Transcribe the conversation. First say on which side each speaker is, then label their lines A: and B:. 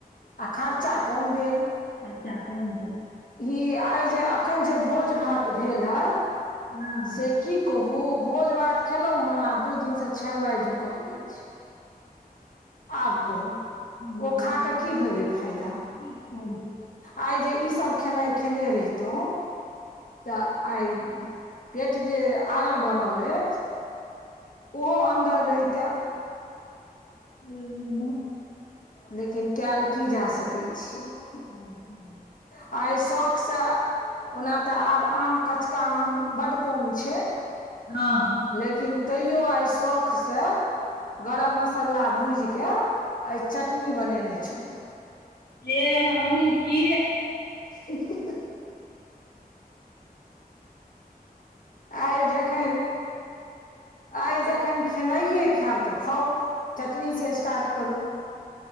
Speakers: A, on the left; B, on the left.
A: आ खर्चा कम भेल।
B: खर्चा कम भेल
A: इ आइ जे अखन जे भोज भात भेल ह
B: हँ
A: से कि कहू भोज भात खेलहुँ हे आ दू दिनसँ छेरवाइ ढुकल अछि आब कहू
B: हँ
A: ओ खा क कि भेलै फायदा
B: की फायदा
A: आइ जे ई सभ खेनाइ खेने रहितहु त आइ पेट जे आगाँ बढ़ल अछि। ओहो अन्दर रहिते।
B: ह।
A: लेकिन कायल की जा सकैत छै
B: <unintelligible>
A: आ एहि शौखसँ ओना तऽ आब आम कचका आम बड कम छै
B: हँ
A: लेकिन तैयो आइ शौखसँ गरम मसाला भूजि केऽ आई चटनी बनेने छलौ
B: येह अहूँ कि
A: ह <unintelligible> आइ जखैन आइ जखन खेनाइये खायब तऽ खाउ चटनी से स्टार्ट करू